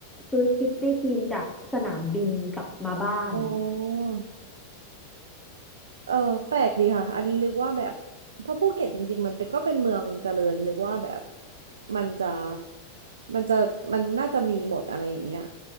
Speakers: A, in the centre; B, on the right.
A: ซื้อคิสปี้ครีมจากสนามบินกลับมาบ้าน
B: อ๋อเออแปลกดีค่ะอันนี้นึกว่าแบบเพราะภูเก็ตจริงๆมันเป็นก็เป็นเมืองเจริญนึกว่าแบบมันจะมันจะมันน่าจะมีหมดอะไรอย่างเงี้ย